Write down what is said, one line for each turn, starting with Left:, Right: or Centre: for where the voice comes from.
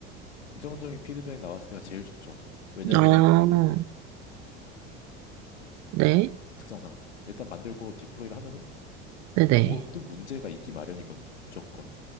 Left: 긍정적인 피드백 나왔을 때가 제일 좋죠. 왜냐하면
Right: 아, 네,
Left: 특성상 일단 만들고 디플로이를 하면은
Right: 네네.
Left: 모든 문제가 있기 마련이거든요. 무조건.